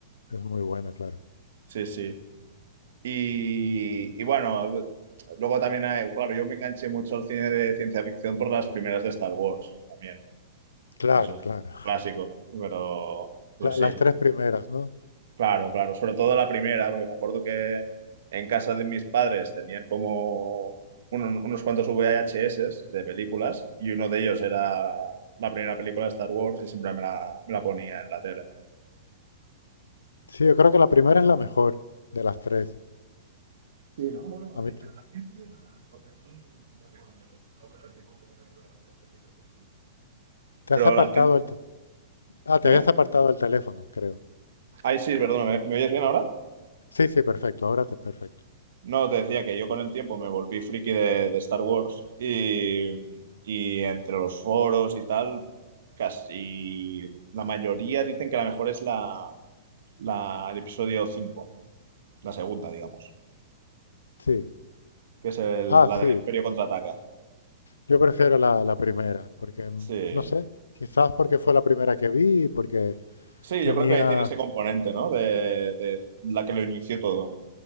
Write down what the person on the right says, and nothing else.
Sí, sí. Y, y bueno, luego también hay, claro, yo me enganché mucho al cine de ciencia ficción por las primeras de Star Wars también.
Eso es
un
clásico, pero, pero
sí,
claro, claro. Sobre todo la primera, porque me acuerdo que en casa de mis padres tenían como un- unos cuantos VHS de películas y uno de ellos era la primera película de Star Wars y siempre me la, me la ponía en la tele.
Sí, ¿no? Bueno,
a a
la
gente, a- porque son, porque bueno, yo yo con el tiempo que he convertido bastante en friki de este
Pero
la gente...
Dime.
Ay, sí, perdona, ¿me, me oyes bien ahora?
No, te decía que yo con el tiempo me volví friki de, de Star Wars y, y entre los foros y tal, casi la mayoría dicen que la mejor es la, la- el episodio cinco la segunda, digamos,
que es el-
la
del Imperio contraataca.
Sí.
Sí,
yo creo que tiene ese componente, ¿no? De, de la que lo inició todo.